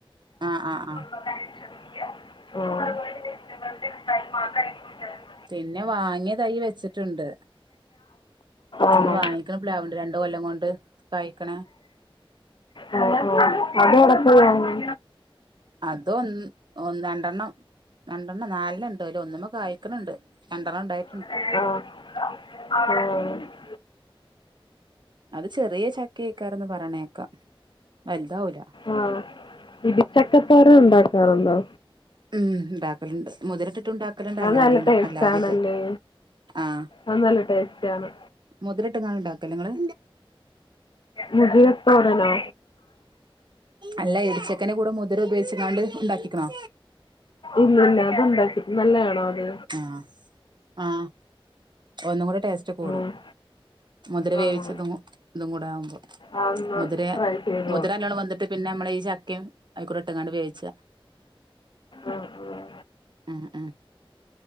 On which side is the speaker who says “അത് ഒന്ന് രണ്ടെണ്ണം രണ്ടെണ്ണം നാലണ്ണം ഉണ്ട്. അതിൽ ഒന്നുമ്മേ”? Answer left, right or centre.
Right